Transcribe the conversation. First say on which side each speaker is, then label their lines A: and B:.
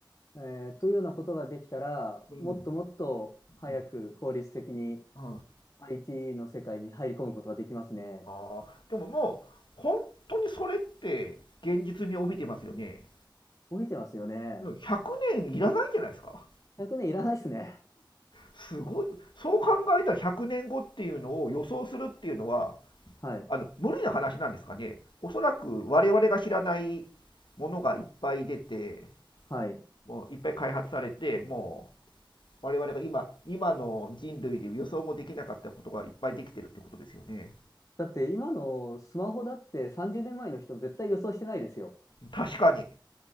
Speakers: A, on the left; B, on the left.
A: えーというようなことができたら、
B: うん。
A: もっともっと早く効率的に
B: うん。うん、あ
A: IT の世界に入り込むことができますね。
B: あ。でももう、本当にそれって現実味を帯びてますよね。
A: 伸びてますよね。
B: うん100年いらないんじゃないですか。
A: 100年いらないですね。
B: すごい。そう考えたら100年後っていうのを予想するっていうのは、
A: はい。
B: あの、無理な話なんですかね。おそらく我々が知らないものがいっぱい出て、
A: はい。
B: もういっぱい開発されて、もう我々が今、今の人類で予想もできなかったことがいっぱいできてるってことですよね。
A: だって今のスマホだって30年前の人絶対予想してないですよ。
B: 確かに